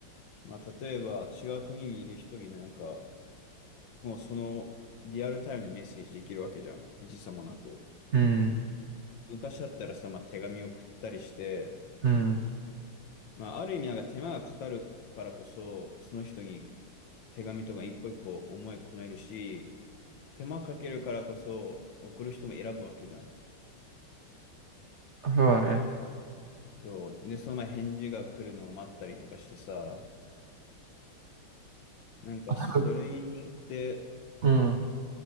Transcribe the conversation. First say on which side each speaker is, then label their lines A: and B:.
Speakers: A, on the left (about 65°); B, on the right (about 80°).
A: まあ例えば違う国にいる人になんか、もうそのリアルタイムでメッセージできるわけじゃん。時差もなく。
B: うん、
A: 昔だったらさ、まあ手紙を送ったりして、
B: うん。
A: まあある意味なんか手間がかかるからこそ、その人に手紙とか一個一個思い込めるし、手間かけるからこそ送る人も選ぶわけじゃん。
B: そうだね。
A: そう。で、その前返事が来るのを待ったりとかしてさ、なんかそれによって
B: まあ、多分、うん。